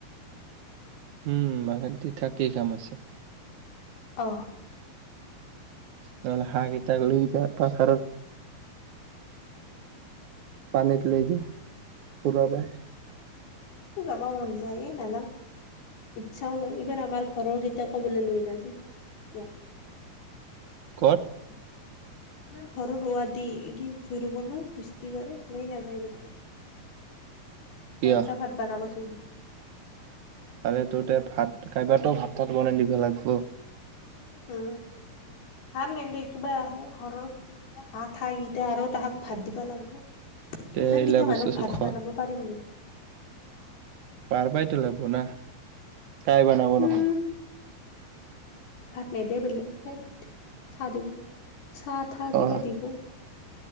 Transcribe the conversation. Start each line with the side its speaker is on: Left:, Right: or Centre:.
Right: উম, মাহেতি থাকেই কাম আছে।
Left: অহ।
Right: নহলে হাঁহ কেইটা লৈ যা পাথাৰত। পানীত লৈ যা ফুৰাবা।
Left: এ যাবা মন যাইয়ে এ নাজাং। ইচ্ছাও নাই ইবাৰ আমাৰ ঘৰৰগিটা ক'বোলে লৈ নাযায়। মোক
Right: ক'ত?
Left: আমাৰ ঘৰৰ ৰুৱা দি এই কি ভূঁই ৰুব না বিস্তিবাৰে লৈ নাযায় বুলে ইয়াত।
Right: কিয়
Left: আঞ্জা, ভাত বানাব থৈ দিছি।
Right: মানে তোৰতে ভাত কাইবাটো ভাত - তাত বনে নিবা লাগব।
Left: উ, হু ভাত নেক কিবা ঘৰৰ কি আঠা গিতা আৰু তাহাক ভাত দিবা লাগব।
Right: তে
Left: ইমানকেইটা
Right: এইলা বস্তু
Left: মানুহক
Right: চস্তু
Left: ভাত
Right: খ
Left: দিবা লাগব পাৰিম নে
Right: পাৰবাইতো লাগব না কাই বানাব
Left: উম
Right: নহলি?
Left: ভাত নিদে বোলে এ বাদ দি চাহ দিব চাহ থাহ কিবা
Right: অ
Left: দিব।